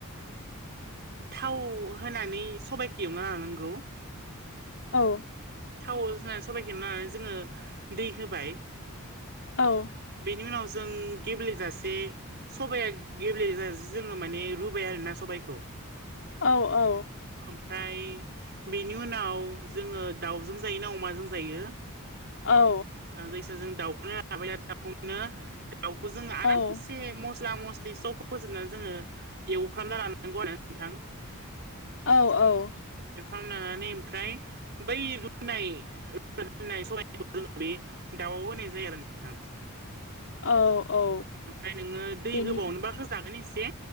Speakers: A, on the right (about 50°); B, on the left (about 60°).
A: थाव होनानै सबाइखो एवना लानांगौ।
B: औ।
A: थाव होननानै सबाइखौे लनानै जोंङो दै होबाय।
B: औ।
A: बेनि उनाव जों गेब्लेजासे सबाया गेब्लेेजासै जोंङो माने रुबाय आरोना सबाइखौ।
B: औ औ।
A: ओमफ्राय बेनि उनाव जोंङो दाउजों जायो ना अमाजों जायो
B: औ।
A: ओ जायखिजाया जों दाउखौनो <unintelligible> दाखौनो। दाउखौ जोंङो आरामसे
B: औ
A: मस्ला मस्लि स फोजोबनानै जोंङो एवफ्रामना लानांगौ आरो नोंथां।
B: औ औ।
A: एफां लानानै ओमफ्राय। बै रुनायनाय रूनादोननाय सायनायखौ जोंङो बे दाउआव होनाय जायो आरो नोंथां।
B: औ औ।
A: ओमफ्राय नोंङो दै
B: बेनिफ्राय
A: होबावनोबा होजागोन एसे।